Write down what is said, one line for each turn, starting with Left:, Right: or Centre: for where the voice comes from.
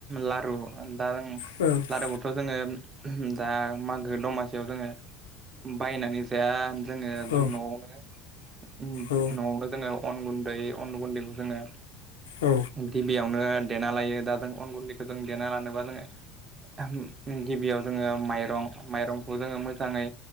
Right: लारु ओम दारों
Left: बेनि
Right: लारुखौथ' जोङो दा मागो दमासियाव जोङो बायनानै जाया जोङो
Left: औ
Right: न'वावनो
Left: औ
Right: न'वावनो जोङो अन गुन्दै अन गुन्दैखौ जोङो
Left: औ
Right: गिबियावनो देना लायो दा जों अन गुन्दैखौ जों देना लानोबा जोङो गिबियाव जोङो माइरं माइरंखौ जोङो मोजाङै